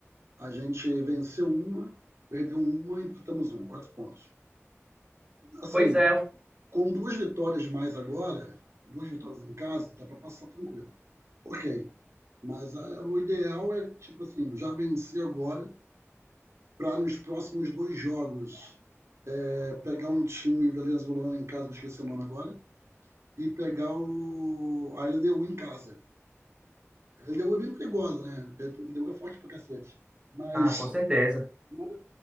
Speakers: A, on the right; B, on the right.
A: A gente venceu uma, perdeu uma, e empatamos um, quatro pontos. Assim,
B: Pois é,
A: Com duas vitórias mais agora, duas vitórias em casa, dá para passar tranquilo. Ok. Mas ah, o ideal é, tipo assim, já vencer agora para nos próximos dois jogos é, pegar um time venezuelano em casa, que eu esqueci o nome agora, e pegar o, a LDU em casa. A LDU é bem perigosa, né? A LDU é forte pra cacete. Mas,
B: ah, com certeza.
A: mas é